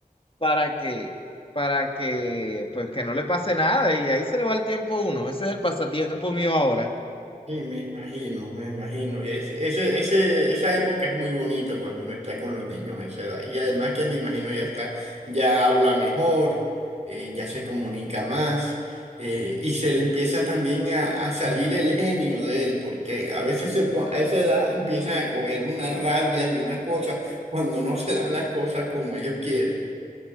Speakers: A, on the left; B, on the right.
A: para que, para que, pues que no le pase nada y ahí se le va el tiempo a uno. Ese es el pasatiempo mío ahora.
B: Sí, me imagino, me imagino. Y es- ese, ese, esa época es muy bonita cuando uno está con los niños a esa edad. Y además que me imagino ya está, ya habla mejor, eh, ya se comunica más, eh, y se le empieza también a, a salir el genio de él, porque a veces se po- a esa edad empiezan a coger unas rabias y unas cosas cuando no se dan las cosas como ellos quieren.